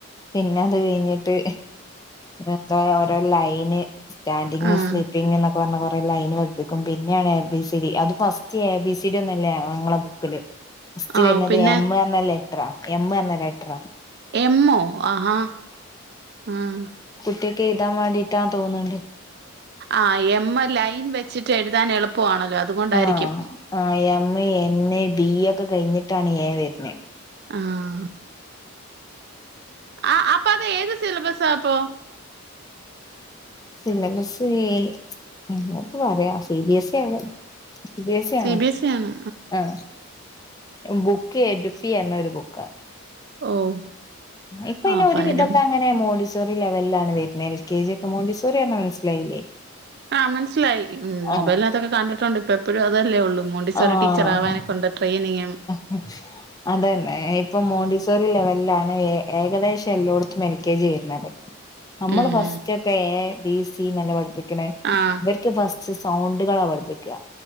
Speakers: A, on the left; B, on the right.
A: പിന്നെ അത് കഴിഞ്ഞിട്ട് എന്താ ഓരോ ലൈന്. സ്റ്റാൻഡിങ്
B: ആഹ്
A: സ്ലീപ്പിങ്ന്നെക്കെ പറഞ്ഞ് കൊറെ. ലൈന് പഠിപ്പിക്കും പിന്നെയാണ് എ ബി സി ഡി അത് first A B C D ഒന്നില്ല ഞങ്ങെളെ ബുക്കില്. ഫസ്റ്റ്
B: ആഹ്
A: വെരുന്നത്
B: പിന്നെ
A: എം എന്ന ലെറ്ററാ എമ്മ് എന്ന ലെറ്ററാ.
B: എമ്മോ ആഹാ ആഹ്
A: കുട്ട്യാക്ക് എതാൻ വേണ്ടിയിട്ടാ തോന്നുണ്ട്.
B: ആഹ് എമ്മ് ലൈൻ വെച്ചിട്ട് എഴുതാൻ എളുപ്പവാണല്ലോ അതുകൊണ്ടാരിക്കും.
A: ആഹ് ആഹ് എം എൻ ബി ഒക്കെ കഴിഞ്ഞിട്ടാണ് ഏഹ് വെരുന്നേ.
B: ആഹ് ആഹ് ആഹ് അപ്പ അത് ഏത് സിലബെസ്സാപ്പോ
A: സിലബെസ് എ അങ്ങനെക്കെ പറയാം സി ബി എസ് എഴുതന്. സി ബി എസ്സ്
B: സി
A: ആണോ
B: ബി എസ് ഇ ആണ്
A: ആഹ് ബുക്ക് എ ബി സി എന്നൊരു ബുക്കാണ്
B: ഓഹ്
A: ഇപ്പൊ
B: ആഹ്
A: ഇന്
B: അപ്പ
A: ഒരു വിധൊക്കെ
B: അതിലും
A: അങ്ങനെ മോണ്ടി റി ലെവലിലാണ് വരുന്നത് എൽ കെ ജി മോണ്ടി സോറി പറ മനസ്സിലായില്ലേ
B: ആഹ് മനസ്സിലായി മൊബൈലിനകത്തൊക്കെ
A: ആഹ്
B: കണ്ടിട്ടുണ്ട് ഇപ്പ എപ്പോഴും അതല്ലേ ഉള്ളൂ മണ്ടീവറി
A: ആഹ്
B: ടീച്ചർ ആവാനെ കൊടെയിനിങ്ങും
A: <unintelligible> അതന്നെ ഇപ്പൊ മോണ്ടിസോറി ലെവലിലാണ് ഏഹ് ഏകദേശം എല്ലായിടത്തും എൽ കെ ജി വരുന്നത് നമ്മൾ
B: ഉം
A: ഫസ്റ്റ്
B: ഉം
A: ഒക്കെ എ ബി സി നല്ലെ പഠിപ്പിക്കണേ
B: ആഹ്
A: ഇവർക്ക് ഫസ്റ്റ് സൗണ്ടുക പഠിപ്പിക്ക